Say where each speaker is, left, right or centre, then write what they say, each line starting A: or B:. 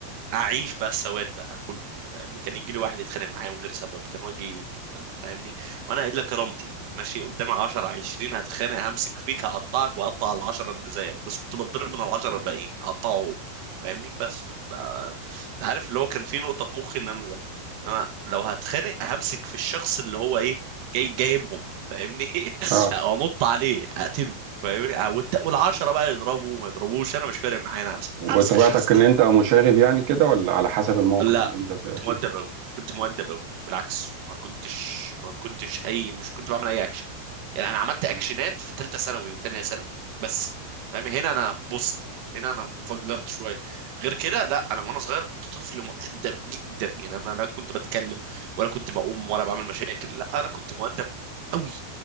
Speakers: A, on the right; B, on the right.
A: اعيش بقى السواد بقى كله فاهمني كان يجي لي واحد يتخانق معايا من غير سبب كان واجي يجن- فاهمني وانا الا كرامتي ماشي قدامي 10 20 هتخانق همسك فيك هقطعك واقطع العشرة اللي زيك بس كنت بتضرب من العشرة الباقيين هقطعه هو فاهمني بس ده انت عارف اللي هو كان في نقطة في مخي ان انا ده ان انا لو هتخانق همسك في الشخص اللي هو ايه جاي جايبهم فاهمني <laughs>
B: اه
A: انط عليه اقتله فاهمني والت- والعشرة بقى يضربوا ما يضربوش انا مش فارق معايا انا همسك
B: وطبيعتك
A: همسك الشخص
B: ان انت مشاغب يعني كده ولا على حسب الموقف
A: لا
B: اللي انت بتبقى
A: كنت مؤدب
B: فيه
A: أوي كنت مؤدب أوي بالعكس ما كنتش ما كنتش أي مش كنت بعمل أي أكشن يعني أنا عملت
B: مم.
A: أكشنات في تالتة ثانوي وتانية ثانوي بس فاهم هنا أنا بوست هنا أنا انفجرت شوية غير كده لا أنا وأنا صغير كنت طفل مؤدب جدا يعني أنا لا كنت بتكلم ولا كنت بقوم ولا بعمل مشاكل لا أنا كنت مؤدب أوي